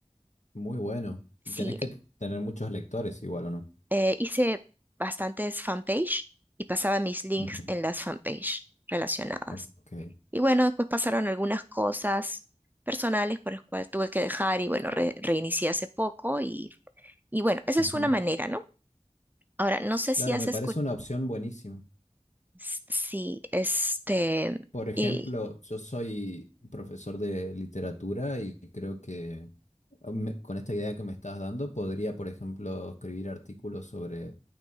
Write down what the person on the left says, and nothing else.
Muy bueno.
Tenés que t- tener muchos lectores igual, ¿o no?
Ujú.
Ok.
Ujú.
Claro,
me
parece una opción buenísima.
Por ejemplo,
yo soy profesor de literatura y creo que ah, me- con esta idea que me estás dando podría, por ejemplo, escribir artículos sobre,